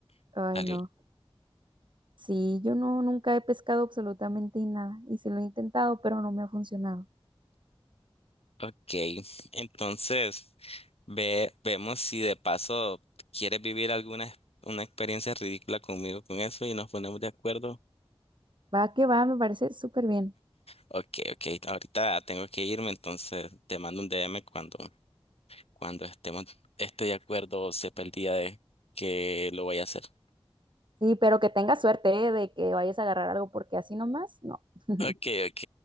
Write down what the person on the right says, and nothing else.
Ay,
no. Sí, yo no, nunca he pescado absolutamente nada y sí lo he intentado, pero no me ha funcionado.
Va que va, me parece súper bien.
Sí, pero que tengas suerte, ¿eh? de que vayas a agarrar algo porque así nomás, no. <laughs>